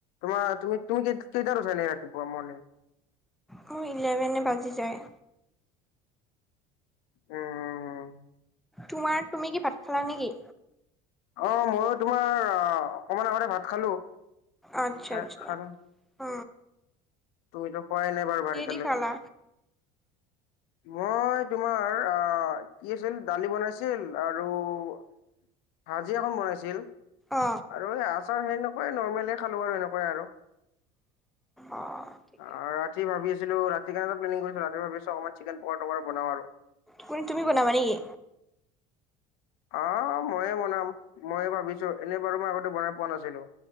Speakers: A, on the left; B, in the centre.
A: তোমাৰ তুমি তুমি কি? সেই তাৰো চ নাই ৰাতিপুৱা মে
B: মোৰ ইলেভেনে বাজি যায়।
A: উম, উম, উম,
B: তোমাৰ তুমি কি ভাত খালা নেকি?
A: অ', মইো তোমাৰ অকমান আগতে ভাত খালো।
B: আচ্ছা,
A: খাই
B: আচ্ছা,
A: খালো
B: অ
A: তুমিতো খোৱাই নাই বাৰু বাৰী
B: কি দি
A: তালৈ
B: খালা
A: মই তোমাৰ আহ কি আছিল। দালি বনাইছিল আৰু উ', ভাজি এখন বনাইছিল
B: অ
A: আৰু এই আচাৰ সেনেকুৱাই নৰ্মেল খালোঁ আৰু সেনেকুৱাই আৰু
B: অ', ঠিকে
A: অ', ৰাতি ভাবি আছিলো ৰাতিনে এটা প্লেনিং কৰিছিলো। ৰাতি ভাবি আো অকমান চিকেন প প বনাও আৰু
B: কো তুমি বনাবা নেকি?
A: অ', ময়ে বনাম ময়ে ভাবিছো। এনেই বাৰু মই আগতে বনাই পোৱা নাছিলো।